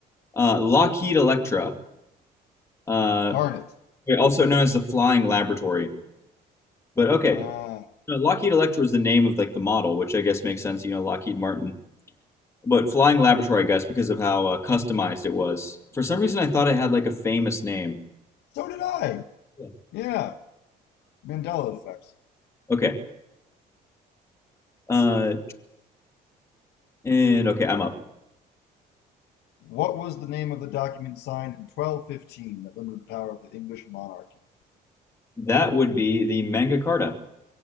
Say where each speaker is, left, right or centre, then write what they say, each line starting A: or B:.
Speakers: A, on the left; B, on the left.
A: Uh, Lockheed Electra, uh,
B: Darn it.
A: also known as the Flying Laboratory. But okay,
B: Ah,
A: no, Lockheed Electra is the name of like the model, which I guess makes sense. You know, Lockheed Martin. But Flying Laboratory, I guess, because of how uh, customized it was. For some reason, I thought it had like a famous name.
B: so did I.
A: Yeah.
B: Yeah, Mandela effect.
A: Okay. Uh, and okay, I'm up.
B: What was the name of the document signed in 1215 that limited the power of the English monarchy?
A: That would be the Mangakata.